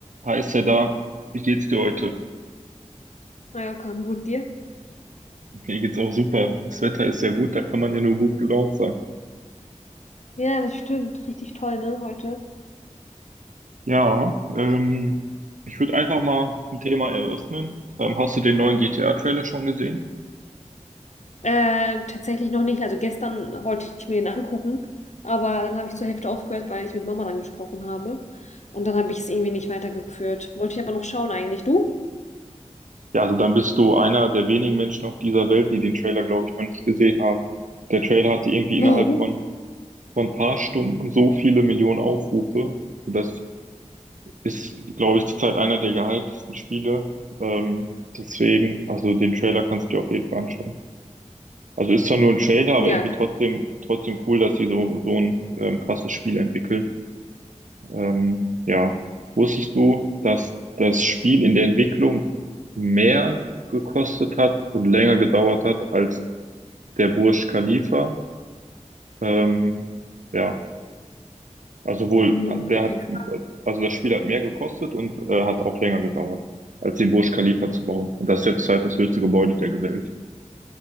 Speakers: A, on the right (about 75°); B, on the left (about 65°).
A: Heißt ja da, wie geht's dir heute?
B: Mallorca, gut dir?
A: Mir geht's auch super. Das Wetter ist sehr gut, da kann man ja nur gut gelaunt sein.
B: Ja, das stimmt. Richtig toll, ne, heute.
A: Ja, ähm, ich würde einfach mal ein Thema eröffnen. Ähm, hast du den neuen GTA-Trailer schon gesehen?
B: Äh, tatsächlich noch nicht. Also gestern wollte ich mir den angucken, aber dann habe ich zur Hälfte aufgehört, weil ich mit Mama dann gesprochen habe. Und dann habe ich es irgendwie nicht weitergeführt. Wollte ich aber noch schauen eigentlich. Du?
A: Ja, also dann bist du einer der wenigen Menschen auf dieser Welt, die den Trailer, glaube ich, noch nicht gesehen haben. Der Trailer hatte irgendwie
B: Warum?
A: innerhalb von, von ein paar Stunden so viele Millionen Aufrufe. Das ist, glaube ich, zurzeit einer der gehyptesten Spiele. Ähm, deswegen, also den Trailer kannst du dir auf jeden Fall anschauen. Also ist zwar nur ein Trailer, aber
B: Ja,
A: irgendwie
B: keine-
A: trotzdem, trotzdem cool, dass sie so, so ein ähm, krasses Spiel entwickeln. Ähm, ja. Wusstest du, dass das Spiel in der Entwicklung mehr gekostet hat und länger gedauert hat als der Burj Khalifa? Ähm, ja, also wohl,
B: hm,
A: der
B: okay,
A: hat,
B: krass.
A: also das Spiel hat mehr gekostet und äh, hat auch länger gedauert, als den Burj Khalifa zu bauen. Und das ist jetzt halt das höchste Gebäude der Welt.